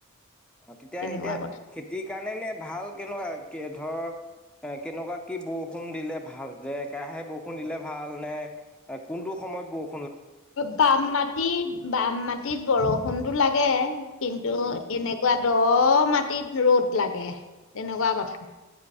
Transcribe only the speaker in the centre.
অ তেতিয়া
এতিয়া
খেতিৰ কাৰণে নে ভাল কেনেকুৱা কি ধৰ এ কেনেকুৱা কি বৰষুণ দিলে ভাল যে? একেৰাহে বৰষুণ দিলে ভাল। নে কোনটো সময়ত ব